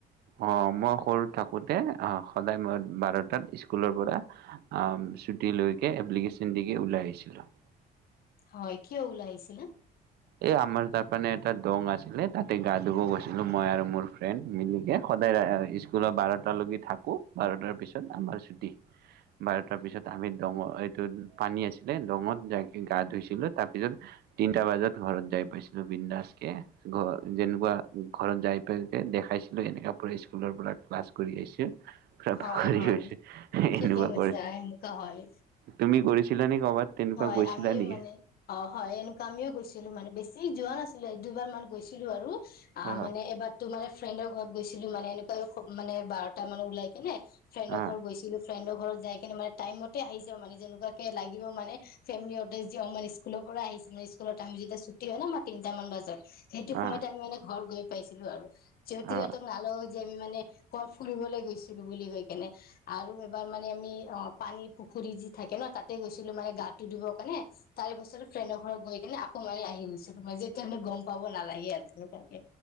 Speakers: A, on the right (about 70°); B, on the left (about 65°).
A: অ', মই সৰু থাকোতে, অ', সদায় মই বাৰটাত স্কুলৰ পৰা ছুটী লৈকে, এপ্লিকেশন দিকে, ওলাই আহিছিলো।
B: হয়, কিয় ওলাই আহিছিলা?
A: এ আমাৰ তাৰ মানে এটা দং আছিলে, তাতে গা ধুব গৈছিলো, মই আৰু মোৰ ফ্ৰেণ্ড মিলিকে। সদায় স্কুলৰ বাৰটালৈকে থাকো, বাৰটাৰ পিছত আমাৰ ছুটি। বাৰু তাৰপিছত আমি দঙ, এইটো পানী আছিলে দঙত, যাই আমি গা ধুইছিলো। তাৰপিছত তিনিটা বজাত। ঘৰত যাই পাইছিলো বিন্দাছকে, ঘৰ যেনেকুৱা ঘৰত যাই, পাই কে দেখাইছিলো এনেকা স্কুলৰ পৰা, ক্লাছ কৰি আহিছোঁ। তাৰপৰা
B: হয়
A: হেৰি
B: হয়
A: গৈছে
B: ঠিকে
A: এনেকুৱা
B: কৈছা
A: কৰি,
B: এনেকুৱা হয়
A: তুমি কৰিছিলা নে কৰ'বাত? তেনেকুৱা
B: হয়,
A: গৈছিলা
B: আমিও
A: নেকি
B: মানে অ', হয়, এনেকুৱা আমিও গৈছিলো, মানে বেছি যোৱা নাছিলোঁ, এক, দুবাৰ মান গৈছিলো আৰু। অ',
A: হা
B: মানে এবাৰটো মানে, ফ্ৰেণ্ডৰ ঘৰত গৈছিলো, মানে এনেকুৱা মানে বাৰটা মানে ওলাই কেনে। ফ্ৰেণ্ডৰ
A: হা
B: ঘৰত গৈছিলো, ফ্ৰেণ্ডৰ ঘৰত যাই কিনে, মানে টাইম মতে আহিছো মানে, যেনেকুৱাকে লাগিব মানে। ফেমিলিহতে যে, আমাৰ স্কুলৰ পৰা আহিছে, স্কুলত আমি যেতিয়া ছুটি হয় ন' আমাৰ তিনিটামান বজাত। সেইটো
A: হা
B: সময়ত, আমি মানে ঘৰ গৈ পাইছিলো, আৰু যিহতু
A: হা
B: সিহঁতক নালাগক যে আমি মানে ক'ত ফুৰিবলৈ গৈছিলো বুলি, কৈ কেনে। আৰু এইবাৰ মানে, আমি অ', পানী পুখুৰী যি থাকে ন', তাতে গৈছিলো মানে গাটো ধুবৰ কাৰণে। তাৰেপাছতো ফ্ৰেণ্ডৰ ঘৰত গৈ কিনে, আকৌ মাৰি আহি গৈছিলো, যেতিয়া আমি গ'ম পাব নালাগে আৰু তেনেকুৱাকে।